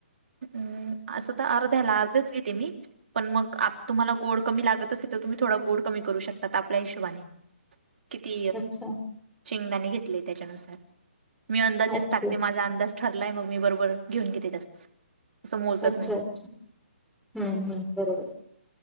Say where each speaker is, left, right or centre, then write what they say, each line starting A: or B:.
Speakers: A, on the right (about 60°); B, in the centre.
A: हम्म असं तर अर्ध्याला अर्धेच घेते मी. पण मग तुम्हाला गोड कमी लागत असेल तर तुम्ही थोडा गोड कमी करू शकतात आपल्या हीशोबाने.
B: <inaudible>
A: किती
B: अच्छा
A: शेंगदाणे घेतले त्याच्यानुसार मी अंदाजेच
B: ओके
A: टाकते माझा अंदाज ठरलाय मग मी बरोबर घेऊन घेते तसच. असं मोजत
B: अच्छा
A: नाही
B: अच्छा हम्म हम्म बरोबर.